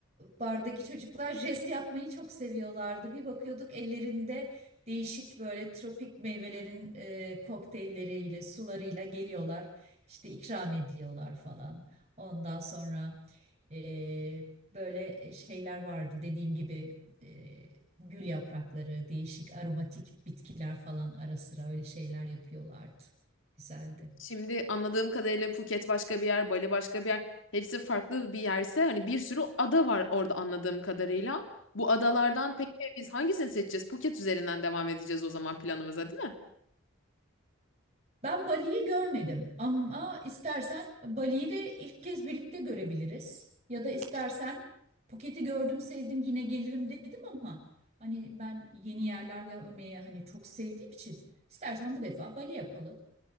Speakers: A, on the right; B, on the left.
A: bardaki çocuklar jest yapmayı çok seviyorlardı. Bir bakıyorduk ellerinde değişik böyle tropik meyvelerin e, kokteylleriyle, sularıyla geliyorlar. İşte ikram ediyorlar falan. Ondan sonra e, böyle şeyler vardı dediğin gibi e, gül yaprakları, değişik aromatik bitkiler falan ara sıra öyle şeyler yapıyorlardı. Güzeldi.
B: Şimdi anladığım kadarıyla Phuket başka bir yer, Bali başka bir yer. Hepsi farklı bir yerse hani bir sürü ada var orada anladığım kadarıyla. Bu adalardan peki biz hangisini seçeceğiz? Phuket üzerinden devam edeceğiz o zaman planımıza, değil mi?
A: Ben Bali'yi görmedim ama istersen Bali'yi de ilk kez birlikte görebiliriz. Ya da istersen Phuket'i gördüm sevdim yine gelirim dedim ama hani ben yeni yerler görmeyi hani çok sevdiğim için istersen bu defa Bali yapalım.